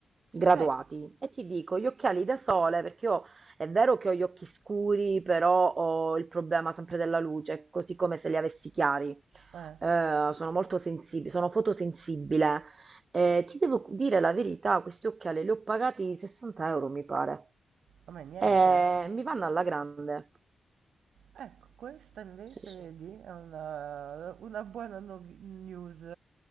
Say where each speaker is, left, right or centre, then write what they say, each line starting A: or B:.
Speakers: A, on the right; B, on the right.
A: graduati.
B: Ecco.
A: E ti dico, gli occhiali da sole, perché io è vero che ho gli occhi scuri, però ho il problema sempre della luce, così come se li avessi chiari.
B: Eh.
A: Eh, sono molto sensibile, sono fotosensibile. Eh, ti devo dire la verità, questi occhiali li ho pagati 60 euro, mi pare.
B: A me niente?
A: Eh, mi vanno alla grande.
B: Ecco, questa invece
A: Sì, sì.
B: vedi, è una una buona novi news,